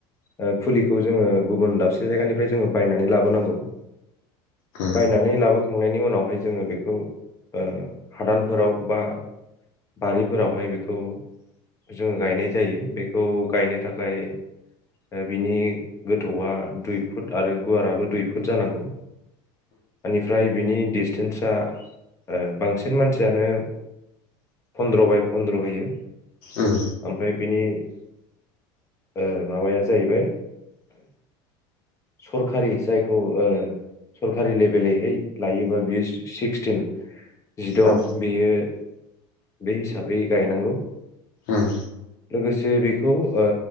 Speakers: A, on the left; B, on the left.
A: ओ फुलिखौ जोङो गुबुन दाबसे जायगानिफ्राय जोङो बायनानै लाबोनांगौ।
B: उम
A: बायनानै लाबो खांनायनि उनावहाय जोङो बेखौ ओ हादानफोराव बा बारिफोरावहाय बेखौ जोङो गायनाय जायो बेखौ गायनो थाखाय दा बिनि गोथौआ दुइ फुट आरो गुवाराबो दुइ फुट जानांगौ ओनिफ्राय बिनि डिसटेन्सा ओ बांसिन मानसियानो फन्द्र बाय फन्द्र होयो।
B: उम
A: ओमफ्राय बिनि ओ माबाया जाहैबाय सरखारि जायखौ ओ सरखारि लेभेलैहाय लायोबा बियो सिक्सटिन जिद'
B: औ
A: बेयो बे हिसाबै गायनांगौ
B: उम
A: लोगोसे बेखौ ओ